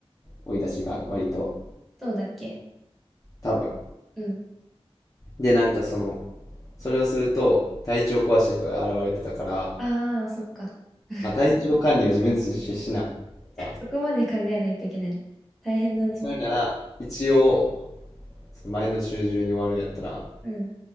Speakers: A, on the left (about 30°); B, in the centre.
A: 追い出しが割と
B: そうだっけ
A: 多分
B: うん。
A: でなんかそのそれをすると体調壊した人が現れてたから、
B: ああ、そっか。<laughs>
A: まあ、体調管理を自分たちでししなかった
B: そこまで考えないといけない。大変だね。
A: そういうなら、一応、その前の週中に終わるんやったら、
B: うん。